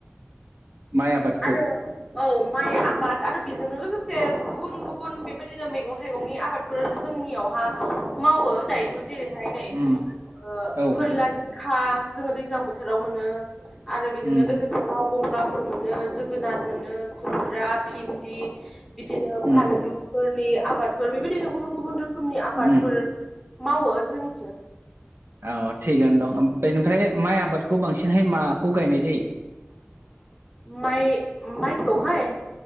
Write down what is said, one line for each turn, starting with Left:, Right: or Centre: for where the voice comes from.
Right: माइ आबादखौ
Centre: आरो औ माइ आबाद आरो बेजोंनो लोगोसे गुबुन गुबुन बेबायदिनो मिगं थाइगंनि आबादफोर जों नियावहा मावो दायोथ' जेरैहाय नै
Right: उम
Centre: ओ
Right: औ उम
Centre: फोरला जिंखा जोङो दैज्लां बोथोराव मोनो आरो बेजोंनो
Right: उम
Centre: लोगोसे लाव बंगाफोर मोनो जोगोनार मोनो खुमब्रा भिन्दि बिदिनो
Right: उम
Centre: फानलुफोरनि आबादफोर बेबायदिनो गुबुन गुबुन रोखोमनि आबादफोर
Right: उम
Centre: मावो जोंनि
Right: औ थिगानो दं बेनिफ्राय माइ आबादखौ बांसिनहाय मा खौ गायनाय जायो?
Centre: माइ माइखौहाय